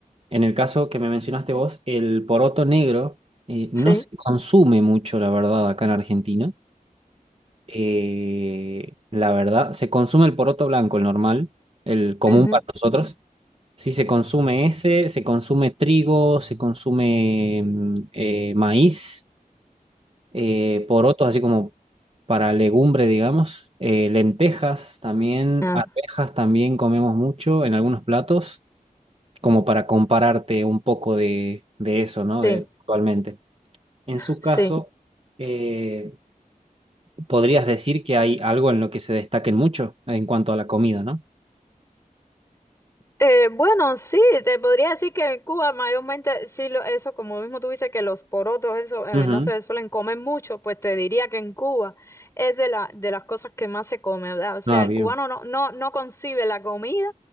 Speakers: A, on the right; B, on the left.
A: en el caso que me mencionaste vos, el poroto negro eh, no
B: Sí.
A: se consume mucho, la verdad, acá en Argentina. Eh, la verdad, se consume el poroto blanco, el normal, el común
B: Ujú.
A: para nosotros. Sí, se consume ese, se consume trigo, se consume mm, eh, maíz, eh, porotos así como para legumbre, digamos, eh, lentejas también,
B: Ah,
A: arvejas también comemos mucho en algunos platos, como para compararte un poco de, de eso, ¿no?
B: sí,
A: De, actualmente. En su
B: sí.
A: caso, eh, podrías decir que hay algo en lo que se destaquen mucho en cuanto a la comida, ¿no?
B: Eh, bueno, sí, te podría decir que en Cuba mayormente, sí, lo, eso, como mismo tú dices que los porotos, eso, eh,
A: Ujú.
B: no se suelen comer mucho, pues te diría que en Cuba es de la, de las cosas que más se come, ¿verdad? O sea,
A: Ah,
B: el
A: bien.
B: cubano no, no, no concibe la comida